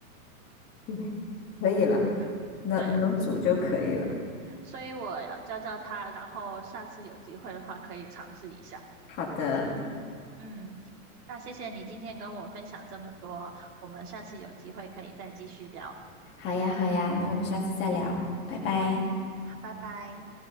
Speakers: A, on the left; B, on the right.
A: 嗯可以了，
B: <laughs>
A: 能能煮就可以了。
B: 对，所以我要教教他，然后下次有机会的话可以尝试一下。
A: 好的，
B: 嗯，那谢谢你今天跟我分享这么多，我们下次有机会可以再继续聊。
A: 好呀好呀，那我们下次再聊，拜拜。
B: 嗯，拜拜。